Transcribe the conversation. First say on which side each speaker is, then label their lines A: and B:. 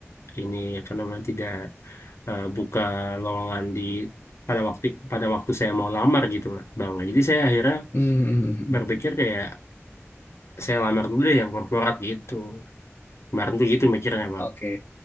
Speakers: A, on the left; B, on the left.
A: ini apa namanya tidak eh, buka lowongan di pada waktu pada waktu saya mau lamar gitu Bang. Nah, Jadi saya akhirnya
B: hmm, hmm, hmm.
A: berpikir kayak saya lamar dulu deh yang korporat gitu. Kemarin tuh gitu mikirnya bang.
B: oke,